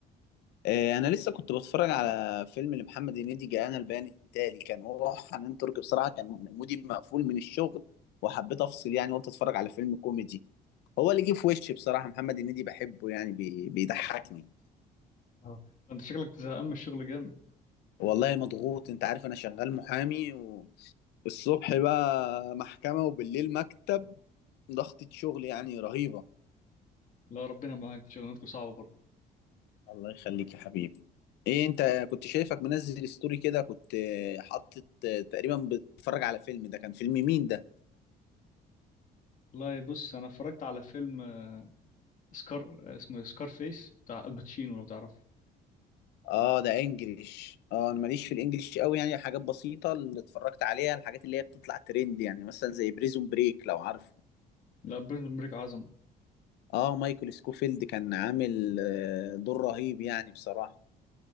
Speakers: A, on the left; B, on the left.
A: اه انا لسه كنت بتفرج على فيلم لمحمد هنيدي جاءنا البيان التالي كان هو وحنان ترك بصراحه كان مودي مقفول من الشغل وحبيت افصل يعني قلت اتفرج على فيلم كوميدي هو اللي جه في وشي بصراحه محمد هنيدي بحبه يعني بي بيضحكني
B: اه انت شكلك زهقان من الشغل جامد
A: والله مضغوط انت عارف انا شغال محامي والصبح بقى محكمه وبالليل مكتب ضغطة شغل يعني رهيبه
B: لا ربنا معاك شغلانتكم صعبة برضه
A: الله يخليك يا حبيبي ايه انت كنت شايفك منزل ستوري كده كنت حاطط تقريبا بتتفرج على فيلم ده كان فيلم مين ده
B: والله بص انا اتفرجت على فيلم آه، سكار آه، اسمه سكار فيس بتاع الباتشينو لو تعرفه
A: اه ده انجليش اه انا ماليش في الانجليش قوي يعني حاجات بسيطة اللي اتفرجت عليها الحاجات اللي هي بتطلع ترند يعني مثلا زي بريزون بريك لو عارفه
B: لا بريزون بريك عظمة
A: اه مايكل سكوفيلد كان عامل آه، دور رهيب يعني بصراحة